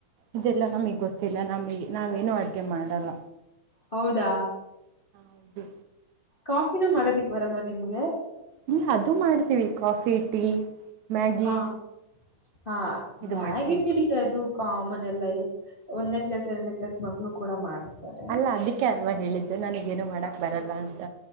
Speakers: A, on the right; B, on the left.
A: ಇದೆಲ್ಲಾ ನಮಗ್ ಗೊತ್ತಿಲ್ಲ ನಮಗೆ ನಾವೇನು ಅಡ್ಗೆ ಮಾಡಲ್ಲ
B: ಹೌದಾ
A: ಹೌದು
B: ಕಾಫಿನೂ ಮಾಡೋದಿಕ್ ಬರಲ್ವಾ ನಿಮ್ಗೆ
A: ಇಲ್ಲಿ ಅದು ಮಾಡ್ತೀವಿ ಕಾಫಿ ಟೀ ಮ್ಯಾಗಿ
B: ಹಾ ಹಾ
A: ಇದು
B: ಮಗ
A: ಮಾಡ್ತೇವಿ
B: ಪೀಡಿದ ತು ಕಾಮನ್ ಎಲ್ಲ ಒಂದ್ ನೆಕ್ಲಾಸ್ ಎರಡು ನೆಕ್ಲಾಸ್ ಮಕ್ಳು ಕೂಡ ಮಾಡ್ತಾರೆ
A: ಅಲ್ಲ ಅದಕ್ಕೆ ಅಲ್ವಾ ಹೇಳಿದ್ದೆ ನನಗಏನು ಮಾಡಕ್ ಬರಲ್ಲ ಅಂತ